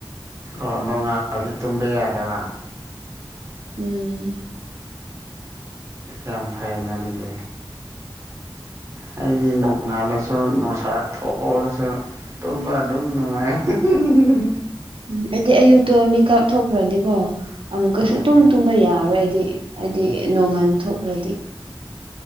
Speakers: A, on the right; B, on the right.
A: ꯑꯣ ꯅꯣꯡꯉꯥꯜꯂꯗꯤ ꯇꯨꯝꯕ ꯌꯥꯗꯕ
B: ꯎꯝ
A: ꯌꯥꯝ ꯐꯩꯅ ꯑꯗꯨꯗꯤ ꯍꯥꯏꯗꯤ ꯅꯣꯡꯉꯥꯜꯂꯁꯨ ꯣꯡꯁꯥꯛ ꯊꯣꯛꯑꯒꯁꯨ ꯇꯨꯝꯕ ꯑꯗꯨꯝ ꯅꯨꯡꯉꯥꯏ ꯎꯝ
B: ꯎꯝ ꯍꯥꯏꯗꯤ ꯑꯌꯨꯛꯇꯣ ꯃꯤ ꯀꯥꯞꯊꯣꯛꯈ꯭ꯔꯗꯤꯀꯣ ꯑꯃꯨꯛꯀꯩꯁꯨ
A: ꯎꯝ
B: ꯇꯨꯝ ꯇꯨꯝꯕ ꯌꯥ ꯌꯥꯔꯣꯏ ꯑꯩꯗꯤ ꯍꯥꯏꯗꯤ ꯅꯣꯡꯉꯥꯟ ꯊꯣꯛꯈ꯭ꯔꯗꯤ